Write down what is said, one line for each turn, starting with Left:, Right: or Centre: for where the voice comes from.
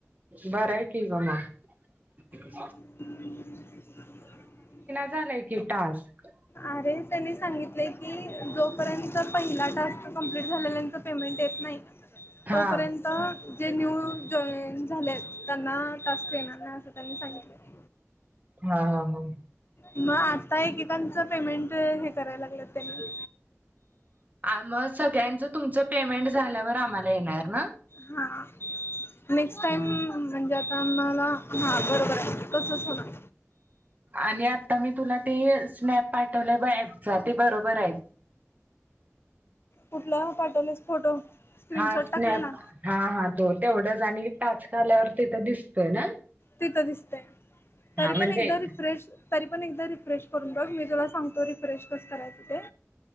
Right: बर आहे की ग मग
Left: <unintelligible>
Right: झालंय की टास्क
Left: अरे त्यांनी सांगितले की जोपर्यंत पहिला टास्क कंप्लीट झाल्यानंतर पेमेंट येत नाही
Right: हा
Left: तोपर्यंत जे न्यू जॉईन झाले आहेत त्यांना टास्क येणार नाही असं त्यांनी सांगितलं.
Right: हा हा हा
Left: मग आता एकेकांचं पेमेंट हे करायला लागलं त्यांनी.
Right: आ मग सगळ्यांचं तुमचं पेमेंट झाल्यावर आम्हाला येणार ना.
Left: हा नेक्स्ट टाईम.
Right: हा
Left: जे आता आम्हाला हा बरोबर आहे तसच होणार..
Right: आणि आता मी तुला ते स्नॅप पाठवलंय बघ ऍपचा ते बरोबर आहे.
Left: कुठला पाठवलेस फोटो स्क्रीनशॉट
Right: हा स्नॅप
Left: टाकलेला
Right: हा हा तो तेवढंचं आणि टास्क. आल्यावर तिथं दिसतोय ना.
Left: तिथं दिसतय. तरी
Right: हा म्हणजे
Left: पण एकदा रिफ्रेश तरी पण एकदा रिफ्रेश करून ब,. मी तुला सांगतो, रिफ्रेश कस करायचं ते.